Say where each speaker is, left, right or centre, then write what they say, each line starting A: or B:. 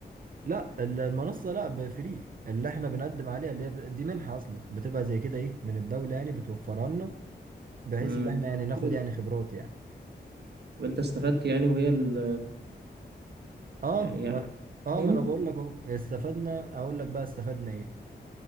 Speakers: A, on the right (about 55°); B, on the right (about 75°).
A: لا ال- المنصة لا فري اللي احنا بنقدم عليها اللي هي ب- دي منحة اصلا بتبقى زي كده ايه من الدولة يعني بتوفرها لنا بحيث
B: امم
A: ان احنا يعني ناخد
B: حلو
A: يعني
B: ده
A: خبرات يعني
B: طب انت استفدت يعني وهي ال
A: اه
B: يعني يعني
A: ما اه
B: يعني
A: ما انا بقول لك اهو استفدنا اقول لك بقى استفدنا ايه